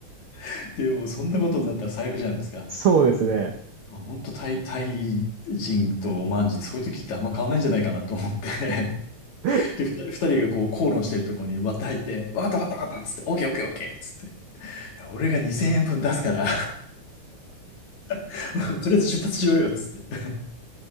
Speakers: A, on the left (about 70°); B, on the right (about 75°).
A: <laughs> で、もうそんなことになったら最悪じゃないですか。
B: そうですね。
A: うん本当タイ、タイ人とオマーン人、そういう時ってあんま変わらないんじゃないかなと思って、
B: <laughs>
A: <laughs> で、ふた二人がこう、口論してるところに割って入って、わかったわかったわかったっつって、オッケーオッケーオッケーっつって、いや俺が2000円分出すから <laughs> とりあえず出発しようよっつって。